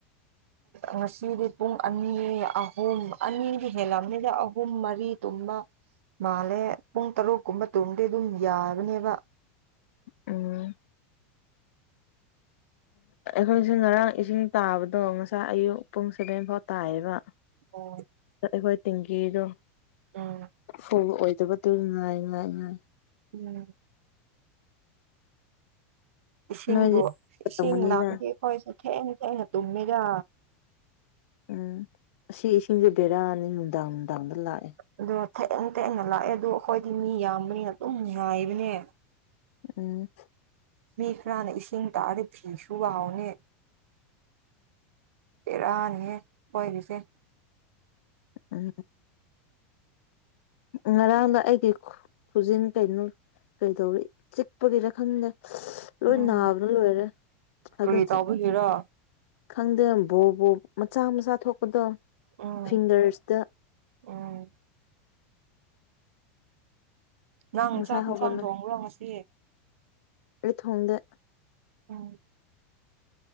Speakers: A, on the right (about 80°); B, on the left (about 75°).
A: ꯉꯁꯤꯗꯤ ꯄꯨꯡ ꯑꯅꯤ ꯑꯍꯨꯝ ꯑꯅꯤꯗꯤ ꯍꯦꯜꯂꯝꯕꯅꯤꯗ ꯑꯍꯨꯝ ꯃꯔꯤ ꯇꯨꯝꯕ ꯃꯥꯜꯂꯦ ꯄꯨꯡ ꯇꯔꯨꯛ ꯀꯨꯝꯕ ꯇꯨꯔꯗꯤꯦ ꯑꯗꯨꯝ ꯌꯥꯕꯅꯦꯕ
B: ꯎꯝ
A: <unintelligible>
B: ꯑꯩꯈꯣꯏꯁꯦ ꯉꯔꯥꯡ ꯏꯁꯤꯡ ꯇꯥꯕꯗꯣ ꯉꯁꯥꯏ ꯑꯌꯨꯛ ꯄꯨꯡ ꯁꯦꯚꯦꯟ ꯐꯥꯎ ꯇꯥꯏꯌꯦꯕ
A: ꯑꯣ
B: ꯑ ꯑꯩꯈꯣꯏ ꯇꯦꯡꯀꯤꯗꯣ
A: ꯎꯝ
B: ꯐꯨꯕ ꯑꯣꯏꯗꯕꯗꯨ ꯉꯥꯏ ꯉꯥꯏ ꯉꯥꯏ
A: ꯎꯝ ꯏꯁꯤꯡꯕꯨ
B: ꯅꯣꯏꯗꯤ
A: ꯏꯁꯤꯡ
B: ꯇꯝꯒꯅꯤꯅ
A: ꯂꯥꯛꯄꯗꯤ ꯑꯩꯈꯣꯏꯁꯨ ꯊꯦꯡꯅ ꯊꯦꯡꯅ ꯇꯨꯝꯃꯤꯔ
B: ꯎꯝ ꯁꯤ ꯏꯁꯤꯡꯁꯦ ꯕꯦꯔꯥꯑꯅꯤ ꯅꯨꯡꯗꯥꯡ ꯅꯨꯡꯗꯥꯡꯗ ꯂꯥꯛꯑꯦ
A: ꯑꯗꯣ ꯊꯦꯡꯅ ꯊꯦꯡꯅ ꯂꯥꯛꯑꯦ ꯑꯗꯨꯗꯣ ꯑꯩꯈꯣꯏꯗꯤ ꯃꯤ ꯌꯥꯝꯕꯅꯤꯅ ꯑꯗꯨꯝ ꯉꯥꯏꯕꯅꯦ
B: ꯎꯝ
A: ꯃꯤ ꯈꯔꯅ ꯏꯁꯤꯡ ꯇꯥꯔ ꯐꯤꯁꯨ ꯋꯥꯍꯎꯅꯦ ꯇꯔꯥꯅꯤ ꯄꯣꯏꯂꯤꯁꯦ
B: ꯎꯝ ꯎ ꯔꯥꯎꯗ ꯑꯩꯗꯤ ꯈꯨꯖꯤꯟ ꯀꯩꯅꯣ ꯀꯩꯗꯧꯔꯤ ꯆꯤꯛꯄꯒꯤꯔ ꯈꯪꯗꯦ ꯂꯣꯏ
A: ꯎꯝ
B: ꯅꯥꯕꯅ ꯂꯣꯏꯔꯦ ꯍꯥꯏꯒꯠꯁꯤ
A: ꯀꯔꯤ ꯇꯧꯕꯒꯤꯔꯣ
B: ꯈꯪꯗꯦ ꯕꯣ ꯕꯣ ꯃꯆꯥ ꯃꯆꯥ ꯊꯣꯛꯄꯗꯣ
A: ꯎꯝ
B: ꯐꯤꯡꯒꯔꯁꯇ
A: ꯎꯝ ꯉꯍꯥꯡ
B: ꯉꯁꯥꯏ
A: ꯌꯦꯟꯆꯥꯛ
B: ꯍꯧꯒꯠꯂꯦ
A: ꯏꯟꯁꯥꯡ ꯊꯣꯡꯕ꯭ꯔꯣ ꯉꯁꯤ
B: ꯑꯩ ꯊꯣꯡꯗ
A: ꯎꯝ